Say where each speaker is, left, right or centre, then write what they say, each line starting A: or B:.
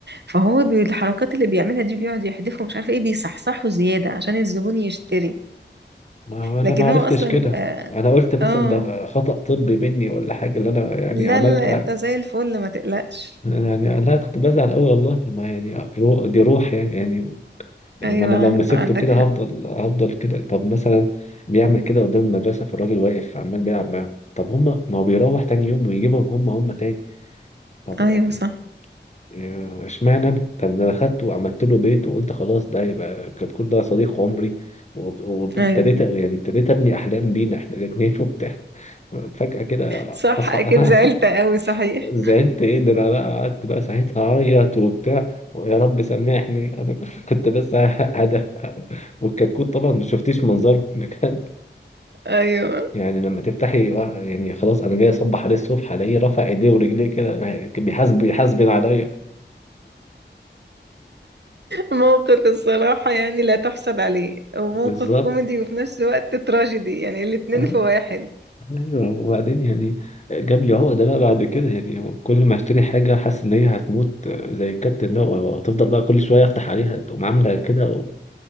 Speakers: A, on the right; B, on the left.
A: فهو بالحركات اللي بيعملها دي بيقعد يحدفهم مش عارفه ايه بيصحصحوا زياده عشان الزبون يشتري
B: ما هو انا
A: لكن
B: ما عرفتش
A: هو اصلا
B: كده
A: بيبقى
B: انا قلت مثلا
A: اه
B: ده خطأ طبي مني ولا حاجه اللي انا يعني
A: لا
B: عملتها
A: لا لا انت زي الفل ما تقلقش
B: أنا يعني انا كنت بزعل قوي والله ما يعني رو- دي روح يعني يعني يعني
A: ايوه
B: ما انا لو مسكته
A: عندك
B: كده
A: حق
B: هفضل هفضل كده طب مثلا بيعمل كده قدام المدرسه فالراجل واقف عمال بيلعب معاهم طب هما ما هو بيروح تاني يوم ويجيبهم هما هما تاني طب
A: ايوه
B: يعني
A: صح
B: آه، اشمعنى انا طب ده انا خدته وعملت له بيت وقلت خلاص ده يبقى كتكوت ده صديق عمري وب- وابتديت
A: ايوه
B: يعني ابتديت ابني احلام بينا احنا الاثنين <laughs> وبتاع فجاه كده
A: صح
B: اصحى
A: اكيد زعلت
B: <laughs>
A: قوي صحيح
B: زعلت ايه ده انا بقى قعدت بقى ساعتها اعيط وبتاع ويا رب سامحني انا <laughs> كنت بس هدى والكتكوت طبعا ما شفتيش منظره بجد
A: ايوه
B: يعني لما تفتحي وا- يعني خلاص انا جاي اصبح عليه الصبح الاقيه رافع ايديه ورجليه كده بيحاسب بيحاسبن عليا
A: موقف الصراحة يعني لا تحصل عليه وموقف
B: بالظبط
A: كوميدي وفي نفس الوقت تراجيدي يعني الاتنين
B: اه
A: في واحد
B: ايوه وبعدين يعني جاب لي عقده بقى بعد كده يعني كل ما اشتري حاجه حاسس ان هي هتموت آه، زي الكابتن ده وتفضل بقى كل شويه افتح عليها تقوم عامله كده و-